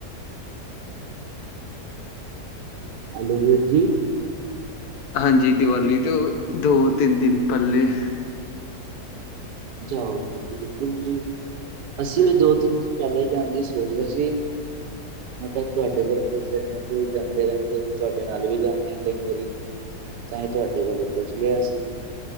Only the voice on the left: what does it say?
ਹਾਂਜੀ, ਦੀਵਾਲੀ ਤੋਂ ਦੋ- ਤਿੰਨ ਦਿਨ ਪਹਿਲੇ